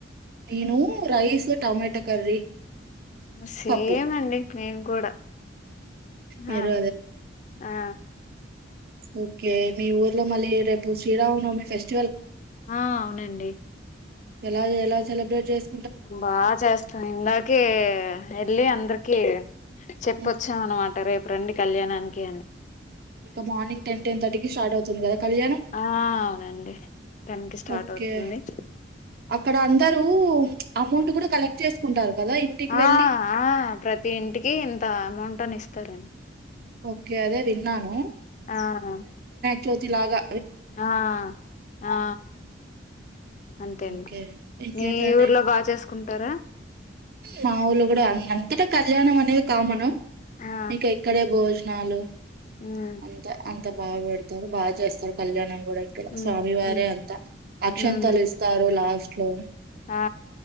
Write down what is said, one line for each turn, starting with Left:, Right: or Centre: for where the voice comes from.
Right: నేను రైస్ టమాట కర్రీ
Left: సేమ్
Right: పప్పు
Left: అండి మేం కూడా
Right: మీరు
Left: అ అ అ
Right: ఒకే మీ ఊర్లో మళ్ళీ రేపు శ్రీరామనవమి ఫెస్ట్
Left: ఆ అవునండి
Right: ఎలా ఎలా సెలబ్రేట్ చేస్
Left: బా చేస్తాను ఇందాకె ఎళ్ళి అందరికి కీ చెప్పొచ్చాం
Right: ఆ!
Left: అనమాట రేపు రండి కళ్యాణానికి అని
Right: ఇక మార్నింగ్ టెన్ టెన్ థర్టీకి స్టార్ట్ అవుతుంది కదా కళ్యాణం
Left: ఆ అవునండి టెన్ కి స్టార్ట్
Right: ఓకే
Left: ‌అవుతుంది
Right: అక్కడ అందరూ అమౌంట్ కూడా కలెక్ట్ చేసుకుంటారు కదా ఇంటికి
Left: ఆ
Right: వెళ్ళి
Left: ఆ ప్రతి ఇంటికి ఇంత అమౌంట్ అని ఇస్తారండి
Right: ఓకే అదే విన్నాను
Left: ఆవును
Right: జ్యోతిలాగా
Left: ఆ ఆ అంతే అండి
Right: ఓకే ఇంకేంటండి
Left: మీ ఊర్లో బాగా చేసు కుంటర
Right: మా ఊళ్ళో కూడా అ అంతటా కళ్యాణం అనేది కామను
Left: ఆ
Right: ఇక ఇక్కడే భోజ్ నాలుగు
Left: ఉమ్
Right: అంత అంత బాగా పెడతారు బాగా చేస్తారు కళ్యాణం
Left: ఉమ్
Right: స్వామివారే
Left: ఉమ్
Right: అంతా అక్షంతలు
Left: ఉమ్
Right: ఇస్తారు లాస్ట్ లో
Left: ఆ